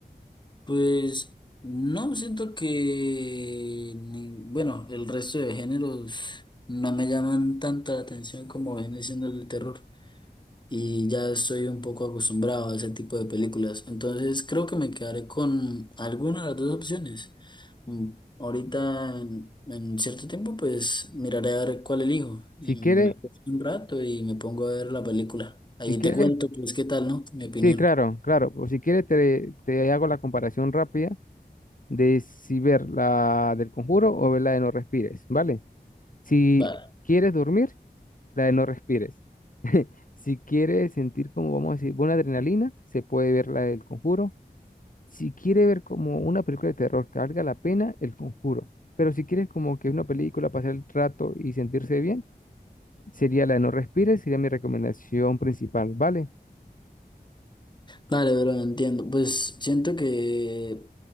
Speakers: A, on the left; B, on the left.
A: Pues no, siento que, ni- bueno, el resto de géneros no me llaman tanta la atención como viene siendo el de terror. y ya estoy un poco acostumbrado a ese tipo de películas. Entonces creo que me quedaré con alguna de las dos opciones. Mm, Ahorita en, en cierto tiempo pues miraré a ver cuál elijo y
B: Si quiere,
A: me acuesto un rato y me pongo a ver la película.
B: si
A: Ahí
B: quiere,
A: te cuento pues qué tal, ¿no? Mi opinión.
B: sí, claro, claro. O si quiere, te, te hago la comparación rápida de si ver la del conjuro o ver la de no respires, ¿vale? Si
A: Vale.
B: quieres dormir, la de no respires. Si quieres sentir como, vamos a decir, buena adrenalina, se puede ver la del conjuro. Si quiere ver como una película de terror que valga la pena, el conjuro. Pero si quieres como que una película, pasar el rato y sentirse bien, sería la de no respires, sería mi recomendación principal, ¿vale?
A: Vale, pero entiendo. Pues siento que